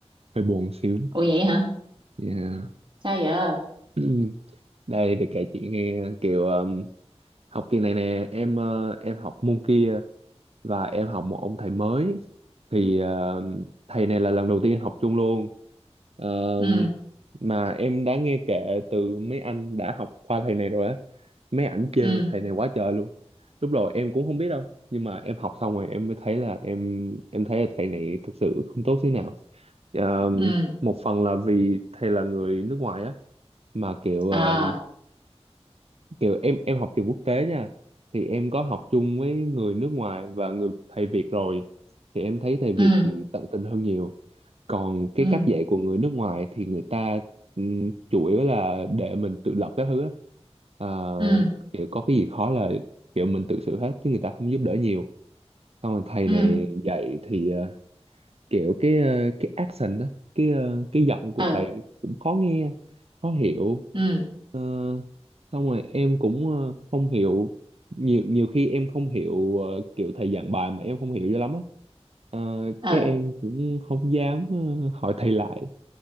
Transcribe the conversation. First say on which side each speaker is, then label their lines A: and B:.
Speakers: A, on the right; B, on the right.
A: hơi buồn xíu.
B: Ủa vậy hả?
A: Yeah.
B: Sao giờ?
A: <clears throat> Đây để kể chị nghe kiểu ờm, học kỳ này nè, em ờ, em học môn kia và em học một ông thầy mới thì ờ, thầy này là lần đầu tiên học chung luôn Ờ,
B: Ừ.
A: mà em đã nghe kể từ mấy anh đã học qua thầy này rồi á mấy ảnh chê
B: Ừ.
A: thầy này quá trời luôn lúc đầu em cũng không biết đâu nhưng mà em học xong rồi em mới thấy là em em thấy là thầy này thực sự không tốt thế nào Ờ,
B: Ừ.
A: một phần là vì thầy là người nước ngoài á mà kiểu ờ,
B: À.
A: kiểu em em học trường quốc tế nha thì em có học chung với người nước ngoài và người thầy Việt rồi thì em thấy thầy Việt
B: Ừ.
A: chị tận tình hơn nhiều còn cái
B: Ừ.
A: cách dạy của người nước ngoài thì người ta um, chủ yếu là để mình tự lập các thứ á. À,
B: Ừ.
A: kiểu có cái gì khó là kiểu mình tự xử hết chứ người ta không giúp đỡ nhiều xong rồi thầy
B: Ừ.
A: này dạy thì ờ, kiểu cái ờ, cái accent đó cái ờ, cái giọng của
B: Ừ.
A: thầy cũng khó nghe khó hiểu
B: Ừ.
A: Ờ, xong rồi em cũng ờ, không hiểu nhiều nhiều khi em không hiểu ờ, kiểu thầy giảng bài mà em không hiểu cho lắm á Ờ,
B: Ừ.
A: cái em cũng không dám ờ, hỏi thầy lại